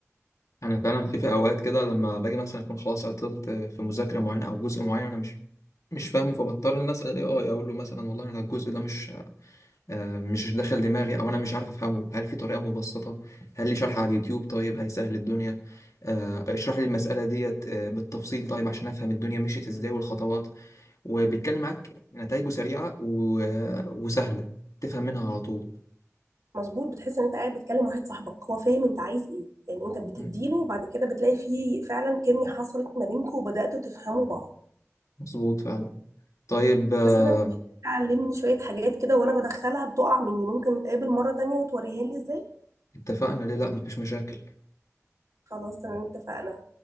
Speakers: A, on the left; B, on the right.
A: انا فعلا في في اوقات كده لما باجي مثلا اكون خلاص عطلت في مذاكره معينه او جزء معين انا مش مش فاهمه فبضطر ان أنا اسال الاي اي اقول له مثلا والله انا الجزء ده مش آه، مش داخل دماغي او انا مش عارف افهمه هل في طريقه مبسطه هل لي شرح على اليوتيوب طيب هيسهل الدنيا آه، اشرح لي المساله ديت آه، بالتفصيل طيب عشان افهم الدنيا مشيت ازاي والخطوات وبيتكلم معاك نتائجه سريعه و- وسهله تفهم منها على طول
B: مظبوط بتحس ان انت قاعد بتكلم واحد صاحبك هو فاهم انت عايز ايه يعني انت بتديله
A: مم.
B: وبعد كده بتلاقي فيه فعلا كيميا حصلت ما بينكم وبداتوا تفهموا بعض
A: مظبوط فعلا طيب آه،
B: بس انا محتاجة علمني شويه حاجات كده وانا بدخلها بتقع مني ممكن نتقابل مره تانية وتوريها لي ازاي
A: اتفقنا ليه لا مفيش مشاكل
B: خلاص تمام اتفقنا